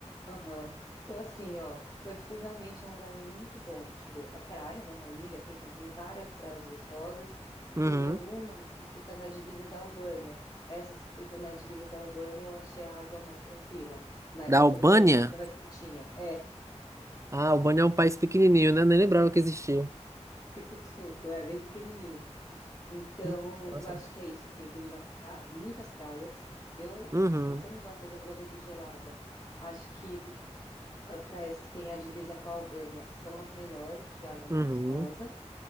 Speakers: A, on the left; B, on the right.
A: Aham. Então, assim, ó, Corfu realmente é um lugar muito bom. Tipo, é praia, né? Uma ilha, assim, então tem várias praias gostosas e tem
B: Uhum.
A: algumas que ficam na divisa da Albânia. Essas que ficam na divisa da Albânia, eu achei a água mais tranquila. Mais,
B: Da
A: mais
B: Albânia?
A: tranquila no sentido, é mais quentinha. É,
B: Ah, a Albânia é um país pequenininho, né? Nem lembrava que existia.
A: Pico-Tchuco, é bem pequenininho. Então,
B: Hum, Nossa.
A: eu acho que é isso, assim, tem va- muitas praias. Eu,
B: Uhum.
A: se você não gosta de água muito gelada, acho que As praias que têm a divisa com a Albânia são as melhores, porque a água é mais
B: Uhum.
A: gostosa.